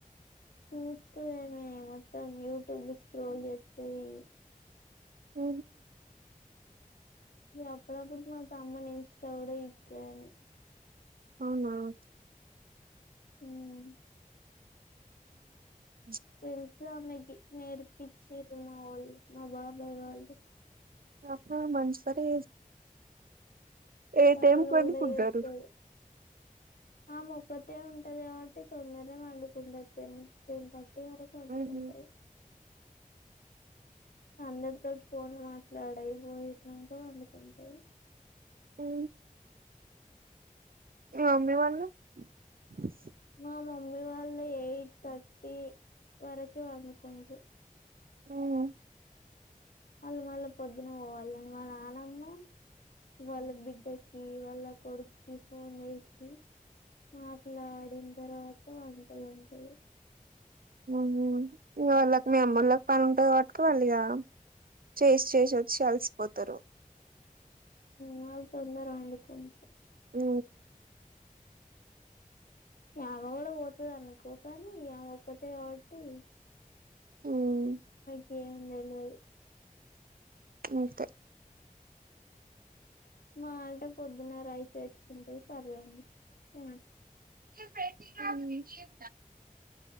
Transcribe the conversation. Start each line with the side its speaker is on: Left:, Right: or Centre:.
Left: చూస్తూ ఏమ మొత్తం యూట్యూబ్ స్క్రోల్ చేస్తయి
Right: హ
Left: అప్పులా కుడుకు అత అమ్మ నెచ కూడా కూడా ఇత
Right: అవునావును
Left: ఉమ్
Right: అ
Left: తెలుసు ఆమెకి నేర్పి మా వాళ్ళు మా బాబాయి వాళ్ళు
Right: ఆహా ఆహా మంచిపనే ఏతేం
Left: ఫోన్లు
Right: కొని
Left: కూడా
Right: పుగారు
Left: చేత్తది ఆమె ఒకటే ఉంటాది కాబట్టి తొందర పడుకుంటాది తిని టెన్ థర్టీ <unintelligible>
Right: ఊహూ
Left: అంటారు అందటితోటి ఫోన్లు మాట్లాడయి ఇప్పుడూ ఇచ్చినంక పండుకుంటాడు.
Right: హ్ హు మీ మమ్మీ వాళ్ళు బస్ <unintelligible>
Left: మా మమ్మీ వాళ్ళు ఎయిట్ థర్టీ వరకే వండుకుంటారు.
Right: ఉమ్
Left: ఆళ్ళు మల్లా పొద్దున పోవాలే మా నానమ్మ వాళ్ళ బిడ్డకి కి వాళ్ళ కొడుక్కి ఫోన్ చేసి మాట్లాడిన తర్వాత ఇగ వంటిది వంటిది
Right: ఇగ వాళ్ళకు మీ అమ్మోళ్ళకి పని ఉంటాది. కాబట్టి పండుకోవళిగా చేసి చేసి వో చ్చి అలసిపోతారు
Left: వాళ్ళు తొందర పండుకుంటారు.
Right: హూ
Left: మా అవ్వ కూడా పోతది అనుకో కాని ఆమే ఒక్కతే కాబట్టి
Right: ఉమ్
Left: ఏముంది ఏంలేదు
Right: ఓకే
Left: మా అంటే పొద్దున్న రైస్ పెట్టుకుంటడి కర్రి వండు హు
Right: ఉ